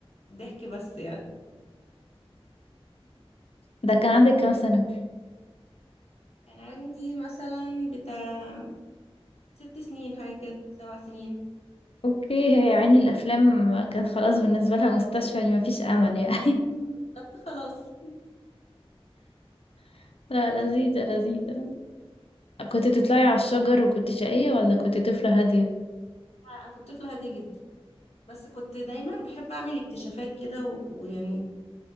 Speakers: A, on the left; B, on the left.
A: ضحك بس يعني
B: ده كان عندك كام سنة
A: كان عندي مثلا بتاع ست سنين حاجة كده سبع سنين
B: اوكي هي عيني الافلام كان خلاص بالنسبة لها مستشفى يعني مفيش امل يعني
A: بالظبط خلاص
B: <laughs> لا لذيذة لذيذة كنت بتطلعي على الشجر وكنت شقية ولا كنت طفلة هادية
A: انا كنت طفلة هادية جدا بس كنت دايما بحب اعمل اكتشافات كده و- ويعني